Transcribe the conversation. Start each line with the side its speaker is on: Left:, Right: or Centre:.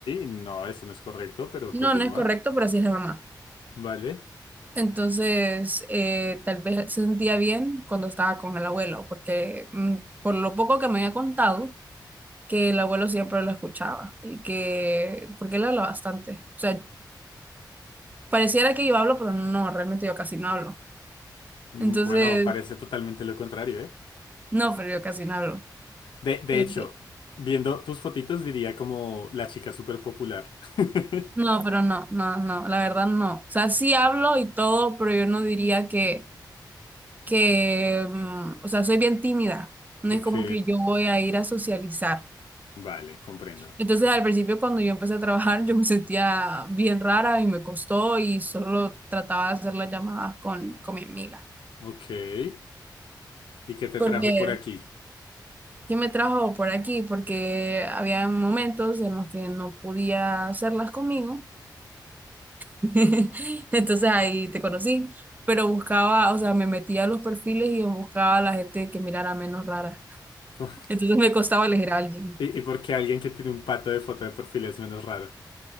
Left: no, eso no es correcto, pero
Right: No,
Left: continúa.
Right: no es correcto, pero así es la mamá.
Left: Vale.
Right: Entonces, eh, tal vez se sentía bien cuando estaba con el abuelo, porque mm, por lo poco que me había contado, que el abuelo siempre lo escuchaba y que, porque él habla bastante. O sea, pareciera que yo hablo, pero no, realmente yo casi no hablo.
Left: Mm,
Right: Entonces,
Left: Bueno, parece totalmente lo contrario, ¿eh?
Right: no, pero yo casi no hablo.
Left: De, de
Right: Eh,
Left: hecho, viendo tus fotitos diría como la chica súper popular. <laughs>
Right: no, pero no, no, no, la verdad no. O sea, sí hablo y todo, pero yo no diría que, que, mm, o sea, soy bien tímida. No
Left: Ok,
Right: es como que yo voy a ir a socializar.
Left: vale, comprendo.
Right: Entonces, al principio, cuando yo empecé a trabajar, yo me sentía bien rara y me costó y solo trataba de hacer las llamadas con, con mi amiga.
Left: Ok, ¿y qué te
Right: Porque,
Left: trajo por aquí?
Right: ¿qué me trajo por aquí? Porque había momentos en los que no podía hacerlas conmigo. <laughs> Entonces, ahí te conocí. Pero buscaba, o sea, me metía a los perfiles y buscaba a la gente que mirara menos rara.
Left: <laughs>
Right: Entonces, me costaba elegir a alguien.
Left: ¿Y, y por qué alguien que tiene un pato de foto de perfil es menos raro?